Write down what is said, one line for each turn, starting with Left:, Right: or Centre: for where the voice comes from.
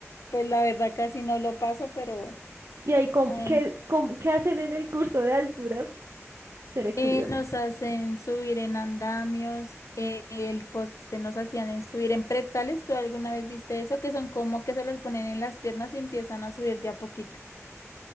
Left: Pues la verdad casi no lo paso, pero bueno,
Right: ¿Y ahí cómo-
Left: ahí
Right: qué, cómo- qué hacen en el curso de alturas? Seré
Left: Eh,
Right: curiosa.
Left: nos hacen subir en andamios, eh, el poste nos hacían en subir en pretales. ¿Tú alguna vez viste eso? Que son como que se los ponen en las piernas y empiezan a subir de a poquito.